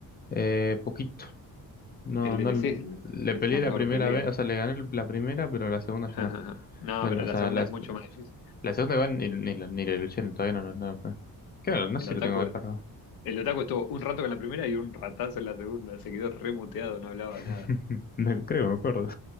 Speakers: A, on the left (about 25°); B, on the left (about 80°).
A: Eh, poquito. No,
B: El DLC
A: no,
B: es,
A: le
B: es
A: peleé
B: la
A: la
B: mejor
A: primera
B: pelea.
A: vez, o sea, le gané la primera, pero la segunda
B: <laughs>
A: ya no.
B: No,
A: No,
B: pero
A: no,
B: la
A: o sea,
B: segunda
A: las
B: es mucho más difícil.
A: La segunda igual ni, ni, la ni la luché, todavía no, no, no. Claro, no
B: El
A: sé si
B: Otaku,
A: lo tengo descargado.
B: el Otaku estuvo un rato con la primera y un ratazo en la segunda. Se quedó remuteado, no hablaba
A: <laughs>
B: nada.
A: Me- creo que me acuerdo.